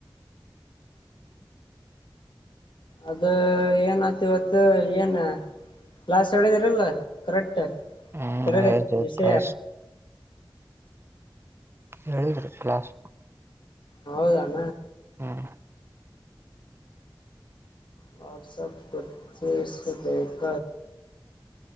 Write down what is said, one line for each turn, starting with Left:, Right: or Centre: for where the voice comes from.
Left: ಅದ ಏನ ಆತಿ ಇವತ್ತು ಏನ್ ಲ್ಲಾಸ್ ಹೇಳಿದರಲ್ಲ ಕಕ್ಟ್
Right: ಹ್ಮ್
Left: ಬರಗ
Right: ಹೇಳಿದ್ರು
Left: ವಿಷಯ
Right: ಕ್ಲಾಸ್ ಹೇಳಿದ್ರು ಕ್ಲಾಸ್
Left: ಹೌದಣ
Right: ಹ್ಮ
Left: ವಾಟ್ಸಪ್ ಪ್ರ ದಸ್ಬೇಕೇಕ